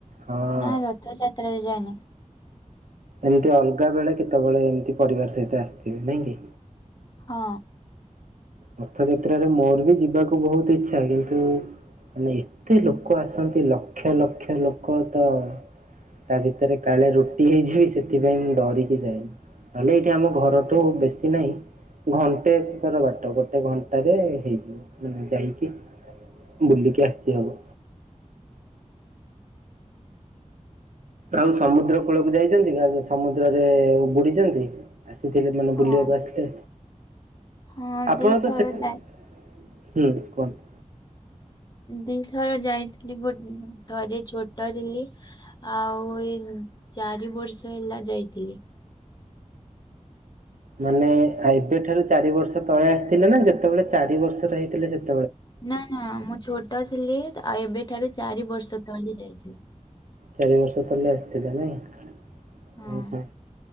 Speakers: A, on the right; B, on the left.
A: ହଁ
B: ନା ରଥ ଯାତ୍ରାରେ ଯାଇନି।
A: ଏମତି ଅଲଗା ବେଳେ କେତେବେଳେ ଏମିତି ପରିବାର ସହିତ ଆସିଥିବେ ନାଇଁ କି?
B: ହଁ।
A: ରଥଯାତ୍ରାରେ ମୋର ବି ଯିବାକୁ ବହୁତ ଇଛା କିନ୍ତୁ ମାନେ ଏତେ ଲୋକ ଆସନ୍ତି ଲକ୍ଷ ଲକ୍ଷ ଲୋକ ତ ତା ଭିତରେ କାଳେ ରୁଟି ହେଇଯିବି ସେଥିପାଇଁ ମୁଁ ଡରିକି ଯାଏନି। ମାନେ ଏଇଠି ଆମ ଘରଠୁ ବେଶୀ ନାହିଁ ଘଣ୍ଟେ ଅଛି ତାର ବାଟ ଗୋଟେ ଗୋଟେ ଘଣ୍ଟାରେ ହେଇଯିବ ମାନେ ଯାଇକି ବୁଲିକି ଆସି ହବ।
B: <inaudible>
A: ଆଉ ସମୁଦ୍ର କୂଳକୁ ଯାଇଛନ୍ତି ଗା ସମୁଦ୍ରରେ ବୁଡ଼ିଚନ୍ତି ଆସିଥିଲେ ମାନେ
B: ହଁ
A: ବୁଲିବାକୁ ଆସିଲେ
B: ହଁ
A: ଆପଣ
B: ଦିଥର
A: ତ ସେ ହୁଁ
B: ଯାଇ
A: କୁହନ୍ତୁ।
B: ଦିଥର ଯାଇଥିଲି ଗୋଟ ଥରେ ଛୋଟ ଥିଲି ଆଉ ଏଇ ଚାରି ବର୍ଷ ହେଲା ଯାଇଥିଲି।
A: ମାନେ ଏବେଠାରୁ ଚାରି ବର୍ଷ ତଳେ ଆସିଥିଲେ ନା ଯେତେବେଳେ ଚାରି ବର୍ଷର ହେଇଥିଲେ ସେ
B: ନା ନା ମୁଁ ଛୋଟ ଥିଲି ଏବେଠାରୁ ଚାରି ବର୍ଷ ତଲେ ଯାଇଥିଲି।
A: ଚାରି ବର୍ଷ ତଲେ ଆସିଥିଲା ନାଇଁ ଉଁ
B: ହଁ
A: ହୁଁ।